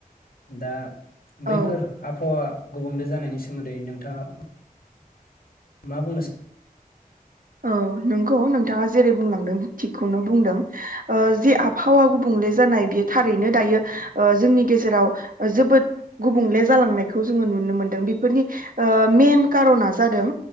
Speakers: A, on the left; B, on the right.
A: दा
B: औ
A: बैफोर आबहावा गुबुंले जानायनि सोमोन्दै नोंथाङा मा बुंनो सा
B: औ नंगौ नोंथाङा जेरै बुंलांदों थिगखौनो बुंदों ओ जे आबहावा गुबुंले जानाय बियो थारैनो दायो ओ जोंनि गेजेराव जोबोद गुबुंले जालांनायखौ जोङो नुनो मोनदों बेफोरनि ओ मेन कार'ना जादों